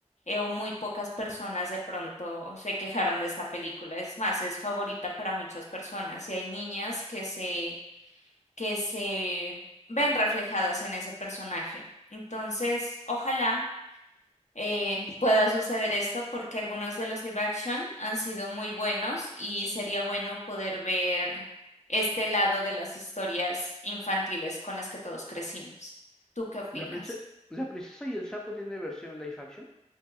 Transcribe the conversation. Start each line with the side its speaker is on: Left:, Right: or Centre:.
Left: eh, o muy pocas personas de pronto se quejaron de esta película. Es más, es favorita para muchas personas y hay niñas que se, que se ven reflejadas en ese personaje. Entonces, ojalá eh, pueda suceder esto porque algunos de los live action han sido muy buenos y sería bueno poder ver este lado de las historias infantiles con las que todos crecimos. ¿Tú qué opinas?
Centre: La prince- La princesa y el sapo tiene versión live action,